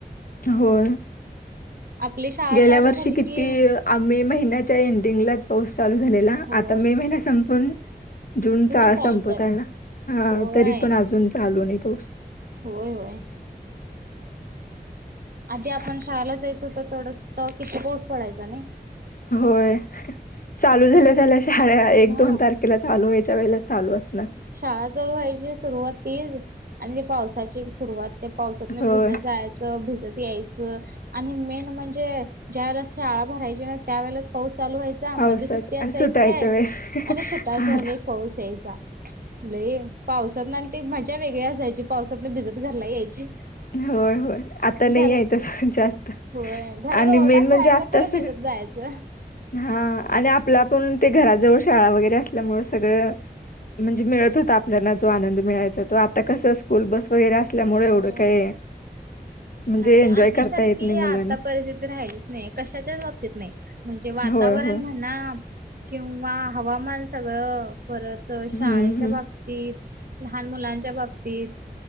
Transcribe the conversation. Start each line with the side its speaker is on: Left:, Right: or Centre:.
Left: होय.
Right: आपली शाळा
Left: गेल्या
Right: चालू
Left: वर्षी,
Right: झाली
Left: किती
Right: की
Left: मे महिन्याच्या एंडिंगलाच, पाऊस चालू झालेला,
Right: होय
Left: आता मे महिन्या संपून जून चा
Right: चालू
Left: संपत
Right: झाली.
Left: आला हा,
Right: होय
Left: तरी पण आजून चालू नहीं पाऊस.
Right: होय होय. आदि आपण शाळेलाच येतो, त तेवढं त किती पोस पडायचा नही?
Left: होय, चालू झाल्या-झाल्या शहाळ्या, एक
Right: हा
Left: दोन तारखेलाच चालू व्हायच्या वेळेलाच, चालू असणार.
Right: शाळा चालू व्हायची सुरुवात तीच आणि ती पावसाची सुरुवात ते प पावसातन
Left: होय
Right: भिजत जायाचं, भिजत यायचं आणि मेन म्हणजे, ज्या वेळेला शाळा भरायची ना, त्या वेळेलाच पाऊस चालू व्हाय चा,
Left: पावसाच
Right: मध्ये सुट्टी
Left: आणि
Right: असायची
Left: सुटायच्या
Right: काय,
Left: वेळ
Right: आणि सुटायच्या
Left: आता
Right: वेळेला, एक पाऊस यायचा. लैय पावसात ना आणि ते मजा वेगळी असायची पावसातनं भिजतं घरला यायची.
Left: होय होय आता नाही
Right: घर
Left: आहे तस जास्त
Right: होय घरात
Left: आणि मेन
Right: ओरडा
Left: म्हणजे
Right: खायचा
Left: आत्ता
Right: खर
Left: सगळं
Right: भिजत जायच च
Left: हा आणि आपला पण ते घराजवळ शाळा वगैरे असल्यामुळे सगळं म्हणजे मिळत होता, आपल्याला जो आनंद मिळायचा तो आता कसं स्कूल बस वगैरे असल्यामुळे एवढं
Right: हो,
Left: काय म्हणजे
Right: नाही
Left: एन्जॉय
Right: आधी
Left: करता
Right: सारखी
Left: येत नाही मुलांना
Right: आता परिस्थिती राहालीच नाही, कशाच्याच बाबतीत नाही. म्हणजे वातावरण
Left: होय होय
Right: नात, किंवा हवामान सगळं परत अं
Left: हम्म
Right: शाळे च्या
Left: हम्म
Right: बाबतीत, लहान मुलांच्या बाबतीत